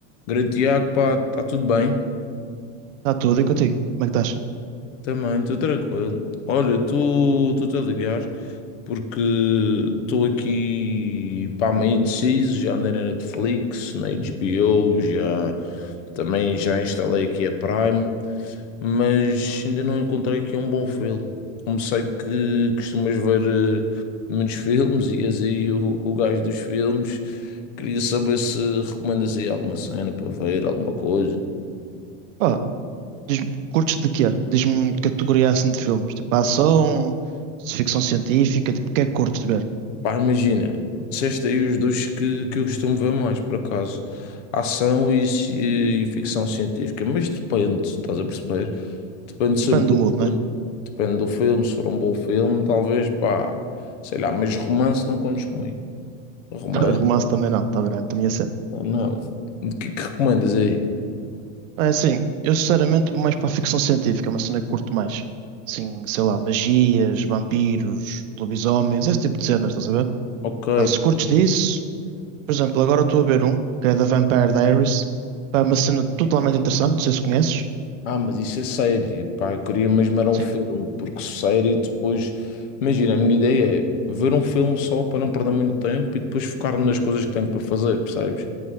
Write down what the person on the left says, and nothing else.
Grande Tiago, pá, está tudo bem?
Também, estou tranquilo. Olha, tu tu a ligar porque estou aqui, pá, meio indeciso, já andei na Netflix, na HBO, já também já instalei aqui a Prime, mas ainda não encontrei aqui um bom filme. Como sei que costumas ver eh, muitos <laughs> filmes e és aí o, o gajo dos filmes, queria saber se recomendas aí alguma cena para ver, alguma coisa.
Pá, imagina, disseste aí os dois que, que eu costumo ver mais, por acaso. Ação e, ci- e ficção científica. Mas depende, estás a perceber? Depende sempre
do
filme. Depende do filme, se for um bom filme, talvez, pá, sei lá, mas romance não contes comigo. Romance,
não. não. O que é que recomendas aí?
Ok,
Ah, mas isso é série, pá, eu queria mesmo era um
filme, porque série depois, imagina, a minha ideia é ver um filme só para não perder muito tempo e depois focar-me nas coisas que tenho para fazer, percebes?